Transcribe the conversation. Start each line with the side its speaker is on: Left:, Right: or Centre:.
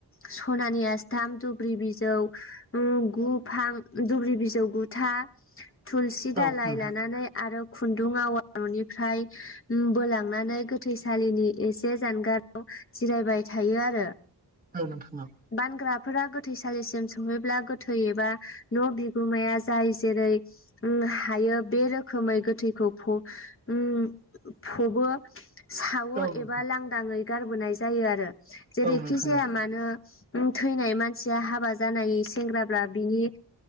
Left: सनानि आस्थाम दुब्रि बिजौ गुफां दुब्रि बिजौ गुथा थुलुसि
Right: औ
Left: दालाय
Right: नोंथां
Left: लानानै आरो खुन्दुं आवा न'निफ्राय बोलांनानै गोथैसालिनि एसे जानगाराव जिरायबाय थायो आरो
Right: औ नोंथां औ।
Left: बानग्राफोरा गोथैसालिसिम सहैब्ला गोथै एबा न' बिगोमाया जाय जेरै हायो बे रोखोमै गोथैखौ उम फबो। सावो
Right: औ नोंथां
Left: एबा लांदाङै गारबोनाय जायो आरो जेरैखि
Right: औ नोंथां
Left: जाया मा थैनाय मानसिया हाबा जानाय सेंग्राब्ला बिनि